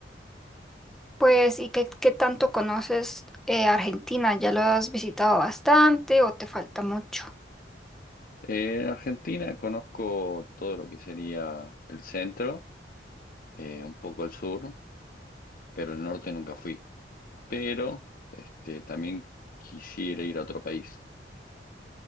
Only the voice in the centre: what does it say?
Pues, ¿y qué, qué tanto conoces eh, Argentina? ¿Ya lo has visitado bastante o te falta mucho?